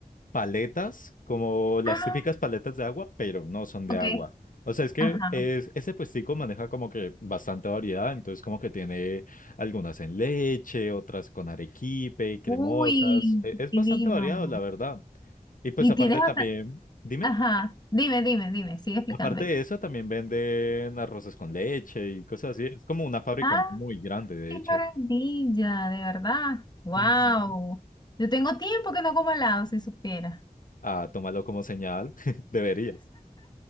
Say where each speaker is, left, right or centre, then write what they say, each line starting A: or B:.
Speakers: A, on the left; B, on the left.
A: paletas, como las
B: Ah,
A: típicas paletas de agua, pero no son
B: ok.
A: de agua. O sea, es que
B: Ajá.
A: es, ese puestico maneja como que bastante variedad, entonces como que tiene algunas en leche, otras con arequipe, cremosas.
B: Uy,
A: E- Es
B: qué
A: bastante
B: divino.
A: variado, la verdad. Y pues
B: Y
A: aparte
B: tienes bastante...
A: también, dime.
B: Ajá, dime, dime, dime, sigue explicándome.
A: Aparte de eso, también venden arroces con leche y cosas así. Es como una fábrica
B: Ah,
A: muy grande, de
B: qué
A: hecho.
B: maravilla, de verdad. Wow.
A: Ujú.
B: Yo tengo tiempo que no como helado, si supiera.
A: Ah, tómalo como señal, <laughs> deberías.